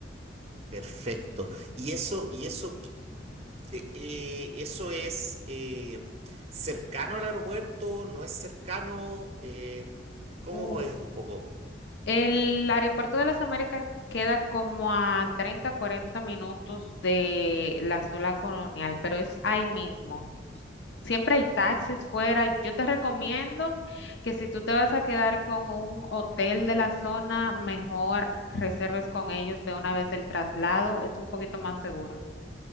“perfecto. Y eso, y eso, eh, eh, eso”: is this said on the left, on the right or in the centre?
Right